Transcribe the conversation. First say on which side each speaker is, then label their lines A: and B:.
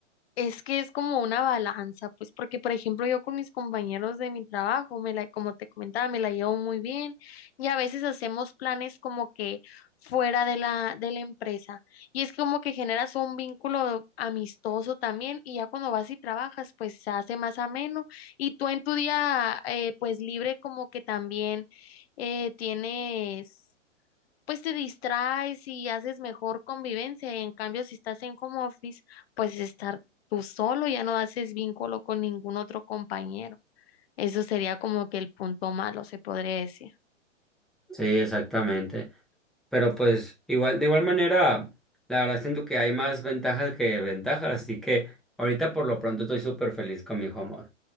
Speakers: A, on the left (about 55°); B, in the centre.
A: Es que es como una balanza, pues porque por ejemplo yo con mis compañeros de mi trabajo, me la, como te comentaba, me la llevo muy bien y a veces hacemos planes como que fuera de la, de la empresa y es como que generas un vínculo amistoso también y ya cuando vas y trabajas pues se hace más ameno y tú en tu día eh, pues libre como que también eh, tienes pues te distraes y haces mejor convivencia. Y en cambio, si estás en home office, pues estar tú solo, ya no haces vínculo con ningún otro compañero. Eso sería como que el punto malo, se podría decir.
B: Sí, exactamente. Pero pues igual, de igual manera, la verdad siento que hay más ventajas que ventajas, así que ahorita por lo pronto estoy súper feliz con mi home office.